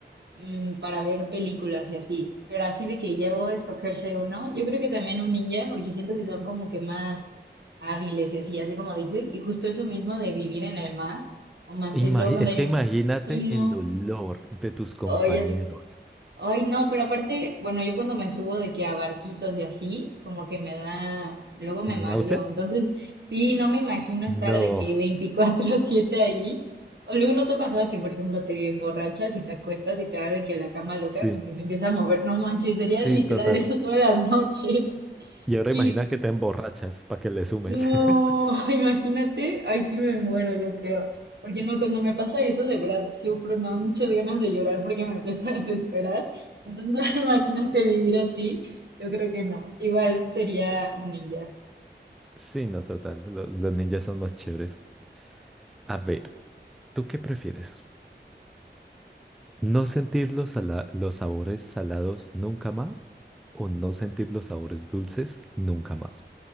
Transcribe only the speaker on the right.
mm, para ver películas y así. Pero así de que ya voy a escoger ser uno, yo creo que también un ninja, porque siento que son como que más hábiles y así, así como dices. Y justo eso mismo de vivir en el mar, o manches,
luego cuando
yo,
sí, no,
oye Ay, no, pero aparte, bueno, yo cuando me subo de que a barquitos y así, como que me da, luego me
mareo. Entonces, sí, no me imagino estar
de que veinticuatro siete ahí. O luego no te ha pasado que, por ejemplo, te emborrachas y te acuestas y te da de que la cama loca,
que, que se empieza a mover. No manches, sería
literal
eso todas las noches.
Y
no,
<laughs> imagínate, ay, sí me muero, yo creo. Porque no, cuando me pasa eso, de verdad sufro, y me dan muchas ganas de llorar porque me empieza a desesperar. Entonces, <laughs> imagínate vivir así, yo creo que no. Igual sería un ninja.